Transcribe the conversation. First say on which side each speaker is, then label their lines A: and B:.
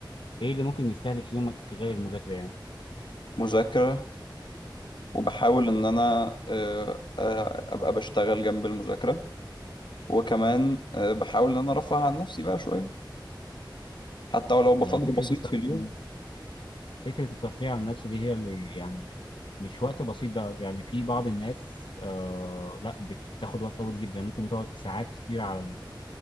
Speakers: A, on the left; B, on the left.
A: ايه اللي ممكن يستهلك يومك غير المذاكره يعني
B: مذاكرة وبحاول إن أنا آه، آه، أبقى بشتغل جنب المذاكرة وكمان آه، بحاول إن أنا أرفه عن نفسي بقى شوية حتى ولو بقدر
A: ما فكره
B: بسيط
A: الترفيه
B: في اليوم
A: فكرة الترفيه عن النفس دي هي اللي يعني مش وقت بسيط بقى يعني في بعض الناس آه لا بتاخد وقت طويل جدا ممكن تقعد ساعات كتير على ال-